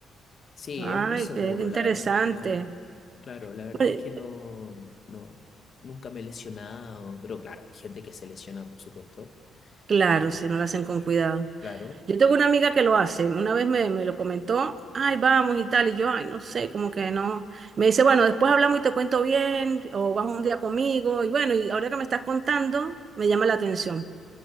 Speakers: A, on the left; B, on the right.
A: Sí,
B: Ay,
A: es muy seguro,
B: qué, interesante.
A: la verdad es que no. Claro, la verdad
B: Bueno,
A: es que no, no, nunca me he lesionado, pero claro, hay gente que se lesiona, por supuesto,
B: Claro,
A: y,
B: si no lo hacen
A: y
B: con cuidado.
A: claro.
B: Yo tengo una amiga que lo hace, una vez me, me lo comentó, ay, vamos y tal, y yo, ay, no sé, como que no. Me dice, bueno, después hablamos y te cuento bien, o vas un día conmigo, y bueno, y ahora que me estás contando, me llama la atención.